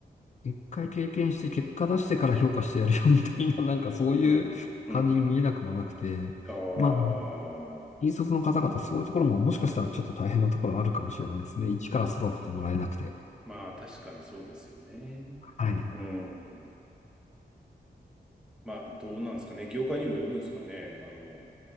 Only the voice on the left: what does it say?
一回経験して結果出してから評価してやるよみたいな、<laughs> なんかそういう感じに見えなくもなくて、
まあ、引率の方々、そういうところももしかしたらちょっと大変なところあるかもしれないですね。一から育ててもらえなくて。
はい。